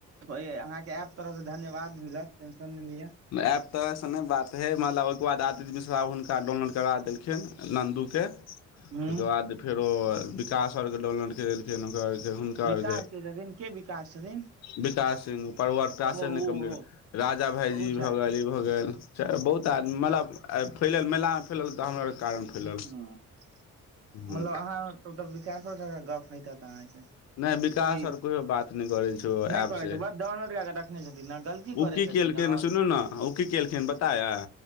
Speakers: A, on the right (about 50°); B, on the left (about 60°).
A: अहाँ के ऐप तरह से धन्यवाद मिलत टेंन नै लीअ
B: एप तरहसँ नै बात हइ मतलब ओहिके बाद आदित्य मिश्रा हुनका डाउनलोड करा देलखिन नन्दूके
A: उं
B: बाद फेरो विकास आओर के डाउनलोड गेल के आर हुनका
A: विकास
B: आर के
A: छथिन के विकास छथिन
B: विकास सिंह परवर्वता
A: ओ
B: से
A: ओ
B: कम
A: ओ
B: राजा भाईजी
A: ओ
B: भ
A: छथि
B: गेल <unintelligible> फैलल
A: हूं मतलब
B: ह
A: अहाँ तब तऽ विकासो सब सऽ गप होईत हेऽत अहाँके
B: नय विकास
A: की
B: आओर कहियो बात नय करै छै
A: नहि
B: ऐप
A: करै
B: से
A: छै
B: उ
A: बस डाउनलोड कए कऽ रखने छथिन ने गलती करै
B: की
A: छथिन
B: केलखिन
A: ने
B: सुनू ने उ की केलखिन पता य